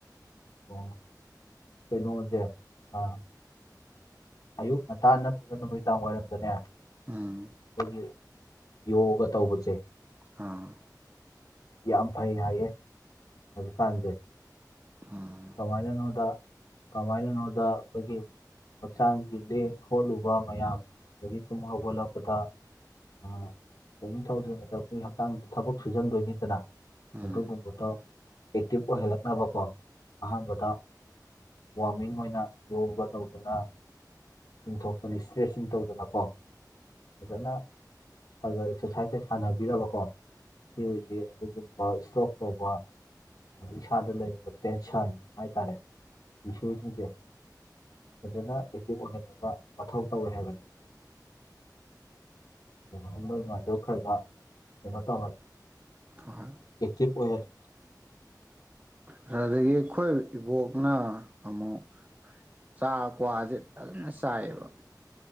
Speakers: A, on the left (about 60°); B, on the right (about 25°).
A: ꯑꯣ ꯀꯩꯅꯣꯖꯦ ꯑꯥ ꯑꯌꯨꯛ ꯉꯇꯥꯟ ꯅꯠꯇ꯭ꯔꯒ ꯅꯨꯃꯤꯗꯥꯡ ꯋꯥꯏꯔꯝꯗꯅꯦ ꯑꯩꯈꯣꯏꯒꯤ
B: ꯎꯝ
A: ꯌꯣꯒꯥ ꯇꯧꯕꯖꯦ
B: ꯑꯥ
A: ꯌꯥꯝ ꯐꯩ ꯍꯥꯏꯌꯦ ꯍꯧꯖꯤꯛꯀꯥꯟꯖꯦ
B: ꯎꯝ
A: ꯀꯃꯥꯏꯅꯅꯣꯗ ꯀꯃꯥꯏꯅꯅꯣꯗ ꯑꯈꯣꯏꯒꯤ ꯍꯛꯆꯥꯡꯒꯤ ꯂꯦꯡ ꯈꯣꯠꯂꯨꯕ ꯃꯌꯥꯝ ꯑꯗꯒꯤ ꯇꯨꯝ ꯍꯧꯒꯠꯂꯛꯄꯗ ꯑꯥ ꯀꯩꯝ ꯇꯧꯗ꯭ꯔꯤꯉꯩꯗ ꯑꯩꯈꯣꯏ ꯍꯛꯆꯥꯡꯖꯦ ꯊꯕꯛ ꯁꯨꯖꯟꯗꯣꯏꯅꯤꯗꯅ
B: ꯎꯝ
A: ꯑꯗꯨꯒꯨꯝꯕꯇꯣ ꯑꯦꯛꯇꯤꯞ ꯑꯣꯏꯍꯜꯂꯛꯅꯕꯀꯣ ꯑꯍꯥꯝꯕꯗ ꯋꯥꯃꯤꯡ ꯑꯣꯏꯅ ꯌꯣꯒꯥ ꯇꯧꯗꯅꯥ ꯇꯤꯡꯊꯣꯛꯇꯅ ꯏꯁꯇ꯭ꯔꯦꯠꯆꯤꯡ ꯇꯧꯗꯅꯀꯣ ꯐꯖꯅ ꯈꯥꯒ ꯑꯦꯛꯁꯔꯁꯥꯏꯁꯖꯦ ꯁꯥꯟꯅꯕꯤꯔꯕꯀꯣ ꯁꯤ ꯑꯣꯏꯗꯤ ꯑꯗꯨꯒꯨꯝꯕ ꯏꯁꯇ꯭ꯔꯣꯛ ꯇꯧꯕ ꯑꯗꯩ ꯏꯁꯥꯗ ꯂꯩꯔꯝꯕꯠ ꯇꯦꯟꯁꯟ ꯍꯥꯏꯇꯥꯔꯦ ꯇꯤꯁꯨꯖꯤꯡꯖꯦ ꯐꯖꯅ ꯑꯦꯛꯇꯤꯚ ꯑꯣꯏꯍꯟꯅ__ ꯄꯥ ꯃꯊꯧ ꯇꯧꯋꯦ ꯍꯥꯏꯕꯅꯦ ꯑꯗꯨ ꯃꯥꯏꯅ ꯅꯣꯏ ꯃꯥꯗꯣ ꯈꯔꯒ ꯀꯩꯅꯣ ꯇꯧꯍꯜ
B: ꯍꯥꯍꯣꯏ
A: ꯑꯦꯛꯇꯤꯚ ꯑꯣꯏꯍꯜ
B: ꯑꯗꯨꯗꯒꯤ ꯑꯈꯣꯏ ꯏꯕꯣꯛꯅ ꯑꯃꯨꯛ ꯆꯥ ꯀ꯭ꯋꯥꯖꯦ__ ꯐꯖꯅ ꯆꯥꯏꯌꯦꯕ